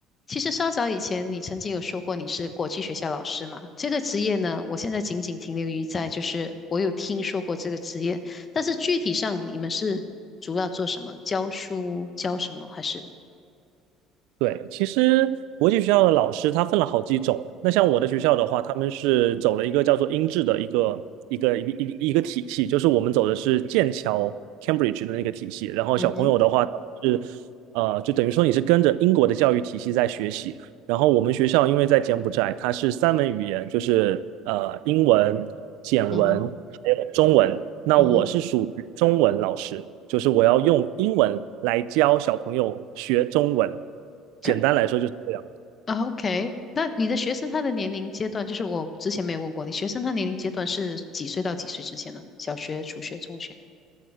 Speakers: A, on the left (about 30°); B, on the right (about 80°).
A: 其实稍早以前，你曾经有说过你是国际学校老师嘛？这个职业呢，我现在仅仅停留于在就是我有听说过这个职业，但是具体上你们是主要做什么？教书教什么？还是
B: 对，其实国际学校的老师他分了好几种。那像我的学校的话，他们是走了一个叫做英制的一个一个一个一个一个体系，就是我们走的是剑桥 Cambridge 的那个体系。然后小朋友的话是，
A: 嗯哼
B: 呃，就等于说你是跟着英国的教育体系在学习。然后我们学校因为在柬埔寨，它是三门语言，就是呃英文、柬文还有中文。
A: 嗯哼
B: 那我是属于中文老师，
A: 嗯哼
B: 就是我要用英文来教小朋友学中文。简单来说就是这样。
A: <coughs> o k 那你的学生他的年龄阶段，就是我之前没有问过你，学生他年龄阶段是几岁到几岁之间呢？小学、初学、中学？